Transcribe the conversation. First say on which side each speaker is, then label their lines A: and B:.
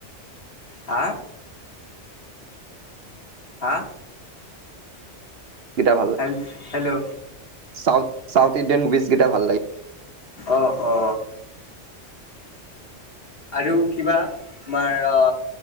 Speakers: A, on the left; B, on the right.
A: হা? হা?
B: কেইটা
A: হেল-হেল্ল'!
B: চাউথ-চাউথ ইণ্ডিয়ান মুভিছকেইটা ভাল লাগে।
A: অ অ। আৰু কিবা তোমাৰ অ